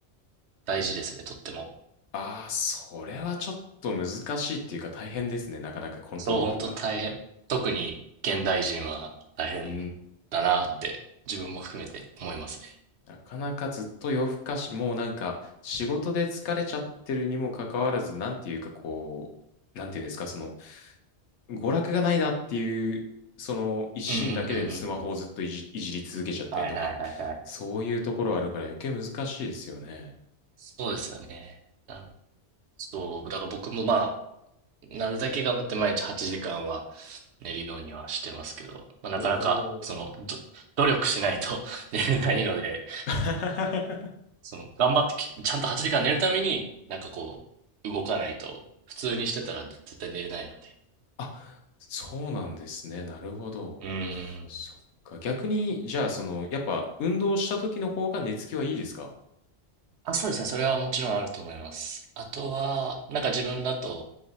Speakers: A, on the right; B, on the left.
A: 大事ですね、とっても。
B: ああ、それはちょっと難しいっていうか大変ですね。なかなかコントロールが。
A: そう、本当大変。特に現代人は大変だなって、
B: うーん。
A: 自分も含めて思いますね。
B: なかなかずっと夜更かし、もうなんか仕事で疲れちゃってるにもかかわらず、なんていうかこう、なんていうんですか、その娯楽がないなっていう、その一心だけでスマホをずっといじ、
A: うんうんうんうんうん。
B: いじり続けちゃったりとか、
A: はいはいはいはい。
B: そういうところあるから余計難しいですよね。
A: そうですよね。なそう、だから僕もまあ、なるだけ頑張って毎日8時間は寝るようにはしてますけど、まあ、なかなか、
B: お
A: その、
B: お。
A: ど努力しないと <laughs> 寝れないので、
B: <laughs>
A: その、頑張ってき、ちゃんと8時間寝るために、なんかこう、動かないと、普通にしてたら絶対寝れないので。
B: あ、そうなんですね。なるほど。
A: うーん。
B: そっか。逆に、じゃあ、その、やっぱ運動した時の方が寝つきはいいですか
A: あ、そうですね。それはもちろんあると思います。あとは、
B: お
A: なんか自分だと、